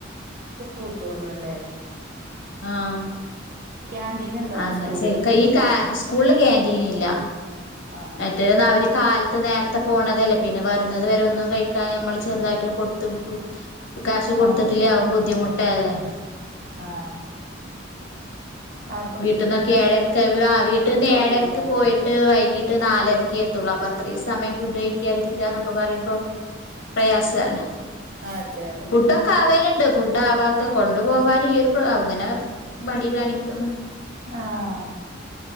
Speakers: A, on the right; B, on the left.
A: കൊടുത്തുടർണല്ലേ
B: ആഹ
A: ക്യാൻറ്റീൻ ഉണ്ടോ
B: ആ
A: അപ്പൊ
B: അങ്ങനെ
A: സ്കൂളില്
B: <unintelligible> ഈ സ്കൂളില് ക്യാൻറ്റീൻഇല്ല
A: ആ
B: മറ്റേ അവര് കാലത്ത് നേരത്തെ പോണതല്ലേ പിന്നെ വരുന്നത് വരെ ഒന്നും കഴിക്കാ നമ്മൾ ചെറുതായിട്ടും കൊടുത്ത വിക്കും കാശ് കൊടുത്തിട്ടില്ലേ
A: ആ
B: ആതും ബുദ്ധിമുട്ടല്ലേ
A: ആഹ അ
B: വീട്ടിൽന്നൊക്കെ ഏഴരക്ക് ആ വീട്ടിൽന്ന് ഏഴരക്ക്
A: കിട്ടില്ല അല്ലേ
B: പോയിട്ട് വൈകീട്ട് നാല് രക്കി എത്തുള്ളൂ അപ്പൊ അത്രയും സമയം ഫുഡ് കഴിക്കാതിരിക്കുകന്നൊക്കെ പറയുമ്പോ പ്രയാസമല്ല
A: അതെ അതെ
B: ഫുഡൊക്കെ ആവല്ല ണ്ട് ഫുഡ് ആവാത്ത കൊണ്ടു പോകൻ ഈ ഒരു അങ്ങനെ മടി കാണിക്കുന്നു
A: ആഹ